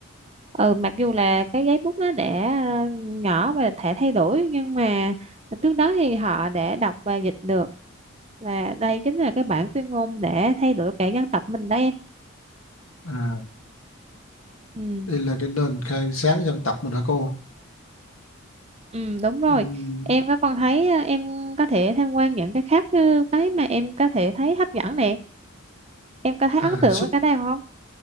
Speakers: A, on the right; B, on the left.
A: Ừ, mặc dù là cái giấy bút nó đã ờ, nhỏ và thể thay đổi nhưng mà trước đó thì họ đã đọc và dịch được và đây chính là cái bản tuyên ngôn để thay đổi cả dân tộc mình đó em.
B: à
A: Ừ.
B: đây là cái nền khang sáng dân tộc mình hả cô
A: Ừ, đúng rồi.
B: Ừm,
A: Em có con thấy ờ, em có thể tham quan những cái khác như cái mà em có thể thấy hấp dẫn nè. Em có thấy
B: à
A: ấn tượng
B: su-
A: với cái nào không?